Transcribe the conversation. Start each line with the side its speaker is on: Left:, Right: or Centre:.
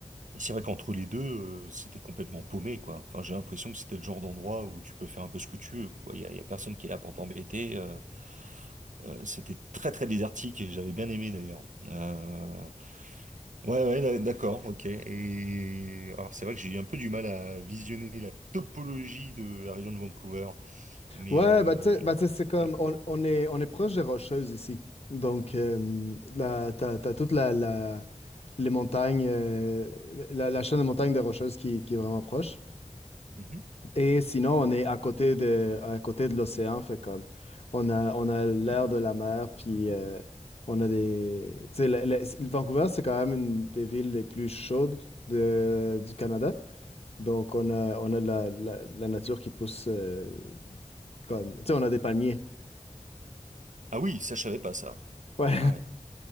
Right: et C'est vrai qu'entre les deux, euh, c'était complètement paumé, quoi. Enfin, j'ai l'impression que c'était le genre d'endroit où tu peux faire un peu ce que tu veux, quoi. Il y a, il y a personne qui est là pour t'embêter. euh. Euh, c'était très très désertique et j'avais bien aimé d'ailleurs. Euh, Ouais, ouais, d'a- d'accord, ok. Et alors c'est vrai que j'ai eu un peu du mal à visionner la topologie de la région de Vancouver, mais
Left: Ouais,
Right: euh...
Left: bah tu sais, bah, tu sais, c'est comme,
Right: ouais.
Left: on, on est, on est proche des Rocheuses ici. Donc, euh, la- t'as, t'as toute la, la- les montagnes, euh, la, la chaîne de montagnes des Rocheuses qui, qui est vraiment proche.
Right: Mhm.
Left: Et sinon, on est à côté de, à côté de l'océan, fait comme on a, on a l'air de la mer, puis euh, on a des. Tu sais, le- le- Vancouver, c'est quand même une des villes les plus chaudes de- du Canada. Donc, on a, on a la, la- la nature qui pousse euh, comme. Tu sais, on a des palmiers.
Right: Ah oui, ça je savais pas ça.
Left: Ouais,
Right: Ah ouais,